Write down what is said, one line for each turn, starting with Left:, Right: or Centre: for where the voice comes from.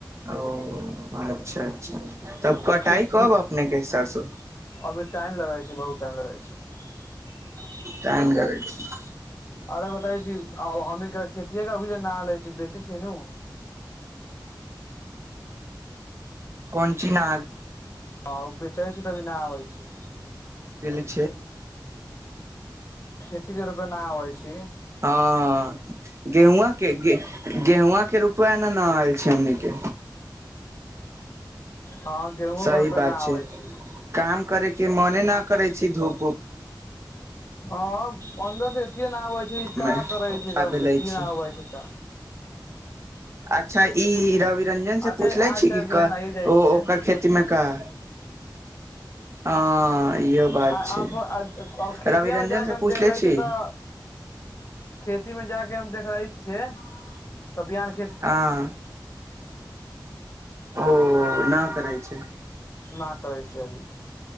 Right: ओ अच्छा अच्छा तब कटाइ
Left: आ खेत
Right: कब अपने के सरसो?
Left: अभी टाइम लगै छै बहुत टाइम लगै छै।
Right: टाइम लगै छै।
Left: अरे बताय छी हमी के खेतीेये के अभी ना लै छी बेचे छी नु।
Right: कोनची ना
Left: हँ ओ बेचै छी तभी ना आबै छै।
Right: बिल छै।
Left: खेती के रूपे ना अबइ छी।
Right: ओ गेहुँआ केे गेहुँआ के रूपया न न आयल छै हमनी के।
Left: हँ गेहूँओ
Right: सही
Left: के रूपय
Right: बात
Left: ना आबै छै।
Right: काम करे के मने न करे छी धूप उप।
Left: हम <unintelligible> ना आबै छै ई
Right: मे
Left: का करै छी
Right: आ
Left: जब
Right: भेले
Left: एतए
Right: छी
Left: नहि होबै छै तऽ
Right: अच्छा ई रवी। रंजन से
Left: अच्छा
Right: पूछलै
Left: आज
Right: छी,
Left: चाहे बिहान
Right: कि
Left: आइये जाइ
Right: ओ
Left: छै
Right: ओकर खेतीमेकाऽ। आ इहो। बात
Left: आय
Right: छै
Left: आबो आय <unintelligible> खेतिए
Right: रवि रंजन
Left: मे जाके
Right: से
Left: हम
Right: पूछले
Left: देख लेछ
Right: छी
Left: तऽ। खेती में जाके हम देख रहे से त बियान।
Right: हाँ हो न करय छै।
Left: ना करै छै अभी।